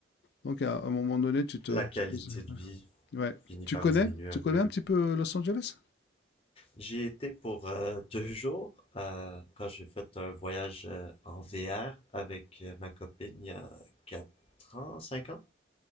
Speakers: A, on the left; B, on the left.
A: donc à un moment donné, tu te,
B: La qualité
A: tu te poses-
B: de vie
A: Ouais.
B: finit
A: Tu
B: par
A: connais,
B: diminuer un
A: tu connais
B: peu.
A: un petit peu Los Angeles?
B: J'y étais pour euh, deux jours euh, quand j'ai fait un voyage euh, en VR avec euh, ma copine il y a quatre ans, cinq ans.